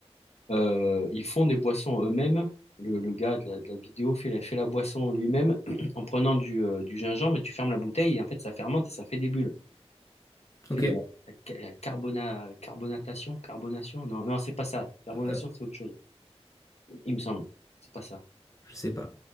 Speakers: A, on the left; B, on the left.
A: euh, ils font des boissons eux-mêmes. Le, le gars de la, de la vidéo fait la, fait la boisson lui-même <clears throat> en prenant du, euh, du gingembre et tu fermes la bouteille et en fait, ça fermente et ça fait des bulles. fait
B: Ok,
A: de la, la la carbona- carbonatation, carbonation? Non, non, c'est pas ça. Carbonation,
B: euh,
A: c'est autre chose, il me semble. C'est pas ça.
B: je sais pas.